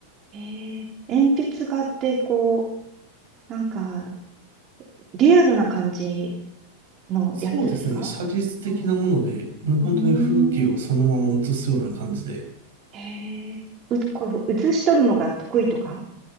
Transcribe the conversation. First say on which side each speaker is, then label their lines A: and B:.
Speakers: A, on the right (about 30°); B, on the right (about 60°).
A: へえ。鉛筆画って、こう、なんか、リアルな感じのやつですか
B: そうですね。写実的なもので、
A: うん。
B: もう本当に風景をそのまま写すような感じで。
A: うーん。へえ、う、こう、写し取るのが得意とか